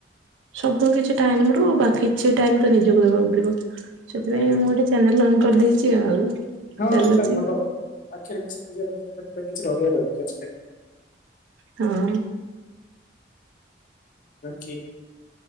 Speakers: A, on the right; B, on the left.
A: ସବୁ କିଛି ଟାଇମ ରୁ ବାକିଛି ଟାଇମ ତ ନିଜକୁ ଦେବାକୁ ପଡିବ। ସେଥିପାଇଁ
B: ଆଜ୍ଞା
A: ମୁଁ ଗୋଟେ ଚ୍ୟାନେଲ ଅନ୍ କରିଦେଇଛି ଆଉ।
B: ହଁ
A: ଚାଲୁଛି
B: ଭଲ ପାଖରେ କିଛି ନିଜର କିଛି ରହିବା ଦରକାର ସେ
A: ହଁ।
B: ବାକି